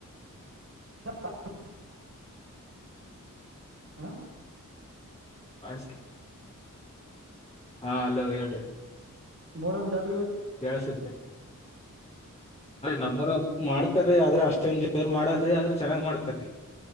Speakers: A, on the right; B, on the left.
A: ಹ ಹಾ
B: ಆಯಸ್ಕ ಹಾ ಅಲೋ ಹೇಳ್ರಿ
A: ಮೋರಂ ಜಾತ್
B: ಕಳ್ಸತ್ರಿ ನಮ್ಮರು ಮಾಡ್ತಾರೀ ಆದ್ರೆ ಅಷ್ಟೊಂ ಜ ಅವ್ ಮಾಡಲ್ರಿ ಆದ್ರೆ ಚೆನ್ನ್ ಮಾಡ್ತಾರೀ